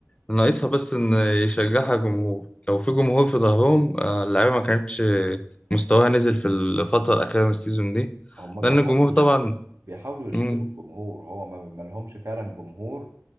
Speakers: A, on the left; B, on the right.
A: ناقصها بس ان يشجعها جمهور لو في جمهور في ظهرهم آه، اللعيبه ما كانتش مستواها نزل في الفتره الاخيره من السيزون دي
B: هم
A: لان
B: بيحاولوا
A: الجمهور طبعا
B: يشتروا بيحاولوا يشتروا
A: مم.
B: الجمهور هو ما ما لهمش فعلا جمهور